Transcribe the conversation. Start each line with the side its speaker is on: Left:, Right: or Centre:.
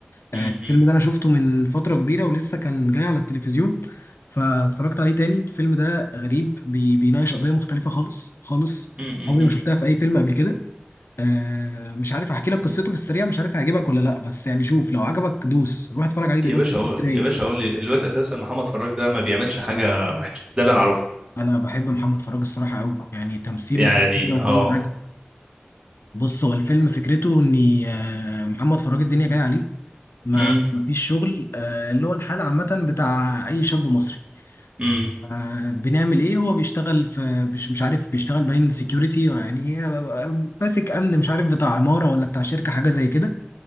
Left: آه
Right: امم
Left: الفيلم
Right: امم،
Left: ده انا شفته من فتره كبيره ولسه كان جاي على التلفزيون فاتفرجت عليه تاني الفيلم ده غريب بي بيناقش قضيه مختلفه خالص خالص
Right: امم، امم.
Left: عمري ما شفتها في اي فيلم قبل كده آه مش عارف احكي لك قصته في السريع مش عارف هيعجبك ولا لا بس يعني شوف لو عجبك دوس روح اتفرج عليه دلوقتي
Right: يا باشا أقول
Left: رايق
Right: يا باشا أقول لي الواد أساسا محمد فراج ده ما بيعملش حاجة وحشة ده اللي أنا أعرفه
Left: انا بحب محمد فراج الصراحه قوي يعني تمثيله
Right: يعني
Left: وشخصيه وكل
Right: أه
Left: حاجه بص هو الفيلم فكرته ان آه، محمد فراج الدنيا جايه عليه ما
Right: أمم،
Left: ما فيش شغل آه، اللي هو الحال عامه بتاع اي شاب مصري
Right: أمم،
Left: ف- آه، بنعمل ايه هو بيشتغل في مش مش عارف بيشتغل باين سيكيورتي يعني آه، آه، ماسك امن مش عارف بتاع عماره ولا بتاع شركه حاجه زي كده